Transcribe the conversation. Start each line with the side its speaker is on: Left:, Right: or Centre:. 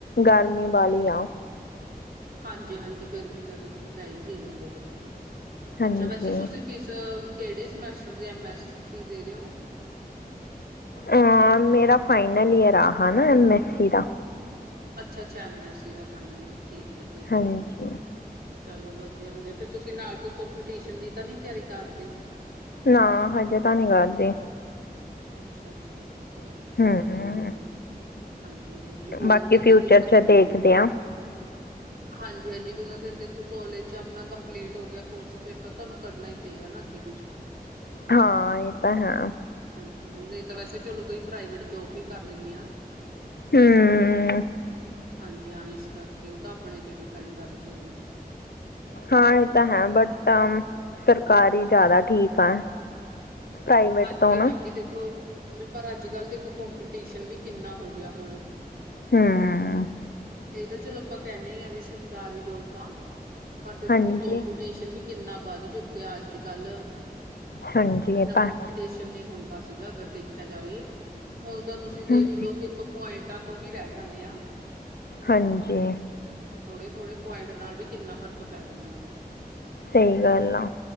Left: ਗਰਮੀ ਵਾਲੀ
Right: ਅੱਛਾ-ਅੱਛਾ
Left: ਆ
Right: ਹਾਂਜੀ-ਹਾਂਜੀ, ਗਰਮੀ ਤਾਂ ਦੇਖੋ ਹੈ ਹੀ ਗਈ ਆ ਬਹੁਤ।
Left: ਹਾਂਜੀ
Right: ਅੱਛਾ, ਵੈਸੇ ਤੁਸੀਂ ਕਿਸ ਕਿਹੜੇ ਸਮੈਸਟਰ ਦੇ ਐਮ ਐਸ ਟੀ ਦੇ ਰੇ ਓ?
Left: ਯਾਰ, ਮੇਰਾ ਫਾਈਨਲ ਈਅਰ ਆ ਅਹਾ ਨਾ ਐਮ ਐੱਸ ਸੀ ਦਾ।
Right: ਅੱਛਾ-ਅੱਛਾ। ਐਮ ਐਸ ਸੀ ਦਾ ਫਾਈਨਲ, ਠੀਕ। ਹੈ-ਠੀਕ
Left: ਹਾਂਜੀ।
Right: ਹੈ। ਚਲੋ ਵਧੀਆ-ਵਧੀਆ। ਫਿਰ ਤੁਸੀਂ ਨਾਲ ਕੋਈ ਕੋਂਪੀਟੀਸ਼ਨ ਦੀ ਤਾਂ ਨੀ ਤਿਆਰੀ ਕਰਦੇ?
Left: ਨਾ, ਹਜੇ ਤਾਂ ਨੀ ਕਰਦੇ।
Right: ਅੱਛਾ-ਅੱਛਾ। ਚਲੋ,
Left: ਹਮ
Right: ਵਧੀਆ-ਵਧੀਆ। ਹਾਂਜੀ-ਹਾਂਜੀ ਹੋਰ
Left: ਬਾਕੀ
Right: ਤੇ
Left: ਫਿਊਚਰ
Right: ਫੇਰ ਤੁਸੀਂ ਤਾਂ
Left: ਚ
Right: <inaudible>
Left: ਦੇਖਦੇ ਆ
Right: ਹਾਂਜੀ-ਹਾਂਜੀ। ਕਿਦੋ ਫਿਰ ਦੇਖ ਕਾਲਜ ਚ ਆਪਣਾ ਕੰਪਲੀਟ ਹੋ ਗਿਆ ਕੋਰਸ ਫਿਰ ਤਾਂ ਤੁਹਾਨੂੰ ਕਰਨਾ ਹੀ ਪਏਗਾ ਨਾ ਅੱਗੇ ਕੁਛ
Left: ਹਾਂ, ਇਹ ਤਾਂ ਹੈ।
Right: <unintelligible> ਨਹੀਂ ਤਾਂ ਵੈਸੇ ਚਲੋ ਕੋਈ ਪ੍ਰਾਈਵੇਟ ਜੋਬ ਵੀ ਕਰ ਲੈਂਦੇ ਆਂ।
Left: ਹਮ
Right: ਹਾਂਜੀ, ਹਾਂ। ਇਸ ਕਰਕੇ, ਉਹ ਤਾਂ ਆਪਣੇ ਤੇ ਡਿਪੈਂਡ ਆ ਵੀ ਚਲੋ।
Left: ਹਾਂ, ਇਹ ਤਾਂ ਹੈ ਬਟ ਸਰਕਾਰੀ ਜ਼ਿਆਦਾ ਠੀਕ ਆ। ਪ੍ਰਾਈਵੇਟ
Right: ਹਾਂਜੀ-ਹਾਂਜੀ,
Left: ਤੋਂ ਨਾ
Right: ਦੇਖੋ ਬਿਲ ਪਰ ਅੱਜ-ਕੱਲ੍ਹ ਦੇਖੋ ਕੰਪੀਟੀਸ਼ਨ ਵੀ ਕਿੰਨਾ ਹੋ ਗਿਆ ਹੁਣ।
Left: ਹਮ
Right: ਇਹ ਤਾਂ ਚਲੋ ਆਪਾਂ ਕਹਿੰਦੇ ਹੀ ਆ ਵੀ ਸਰ ਕਾਰੀ ਜੋੋਬ ਤਾਂ ਪਰ ਦੇਖੋ
Left: ਹਾਂਜੀ
Right: ਵੀ, ਕਪੀਟੀਸ਼ਨ ਵੀ ਕਿੰਨਾ ਵੱਧ ਚੁੱਕਿਆ, ਅੱਜ-ਕੱਲ
Left: ਹਾਂਜੀ, ਇਹ ਤਾਂ
Right: ਕੌਮਪੀਟੀਸ਼ਨ
Left: ਹੈ
Right: ਨੇ ਹੁਣ ਦਾ ਸੀਗਾ, ਅਗਰ ਦੇਖਿਆ ਜਾਵੇ। ਹੁਣ ਤਾਂ ਤੁਸੀਂ
Left: ਹਮ,
Right: ਦੇਖਲੋ, ਕਿ ਆਪਾਂ ਪੁਆਇੰਟਾਂ ਤੋਂ ਬੀ ਰਹਿ ਜਾਂਨੇ ਹਾਂ ।
Left: ਹਾਂਜੀ
Right: ਥੋੜੇ-ਥੋੜੇ ਪੁਆਇੰਟ ਨਾਲ ਵੀ ਕਿੰਨਾ ਫ਼ਰਕ ਪੈ ਜਾਂਦਾ
Left: ਸਹੀ ਗਲ ਆ